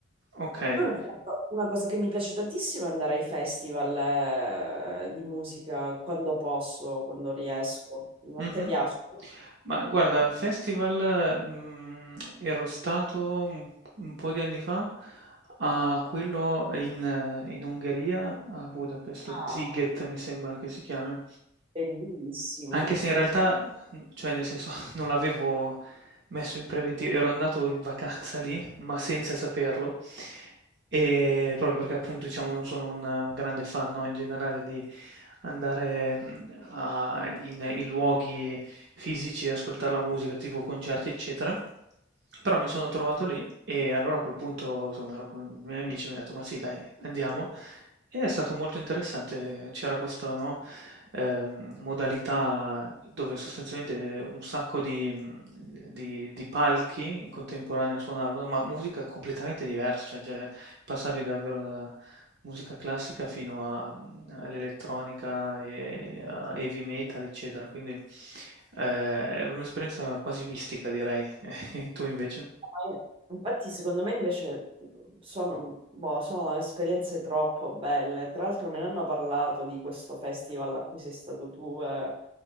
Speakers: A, on the right (about 55°); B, on the right (about 25°).
A: okay.
B: Poi Una una cosa che mi piace tantissimo è andare ai festival, eh, di musica quando posso, quando riesco.
A: Mh-mh.
B: A te piace?
A: Ma guarda, festival, mhmm, ero stato un un po' di anni fa a quello in eh, in Ungheria, a Budapest,
B: Ah,
A: Sziget mi sembra che si chiami.
B: bellissimo,
A: Anche se in realtà, mhmm, cioè nel senso <laughs> non l'avevo messo in preventivo, ero andato in vacanza lì, ma senza saperlo. Ehm, proprio perché appunto diciamo non sono un un grande fan, no, in generale di andare, mhmm, a in in luoghi fisici, ascoltar la musica, tipo concerti, eccetera.
B: spettacolo.
A: Però mi sono trovato lì e allora a quel punto, insomma, ero con i miei amici e mi han detto: "Ma sì dai, andiamo." E è stato molto interessante. C'era questo, no, ehm, modalità dove sostanzialmente eh, un sacco di, di- di palchi in contemporanea suonavano, ma musica completamente diversa, cioè cioè, passavi davvero da musica classica fino a- mm, all'elettronica e a heavy metal, eccetera. Quindi eh, è un'esperienza quasi mistica, direi. <laughs> E tu invece?
B: Ma io- Infatti, secondo me invece sono, boh, sono esperienze troppo belle. Tra l'altro, me ne hanno parlato di questo festival a cui sei stato tu. eh.